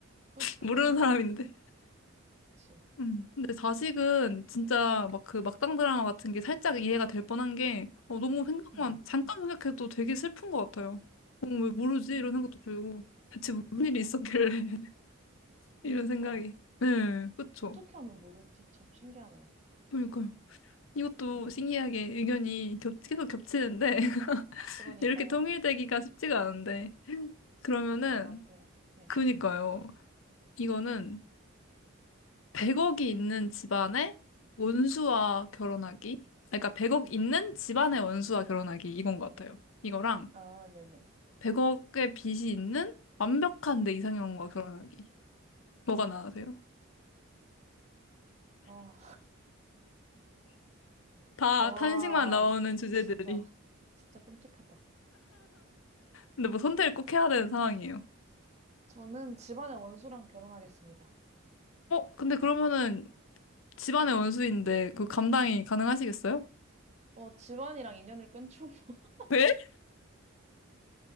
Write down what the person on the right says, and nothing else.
그, 그럼요.
그치.
네.
음,
맞죠.
그니까.
어떻게 하면 모르지? 참 신기하네요.
음,
그러니까요.
잘 맞네요. 네.
음.
아, 네네.
아,
아,
와,
진짜, 진짜 끔찍하다.
저는 집안의 원수랑 결혼하겠습니다.
어, 집안이랑 인연을 끊죠. <laughs>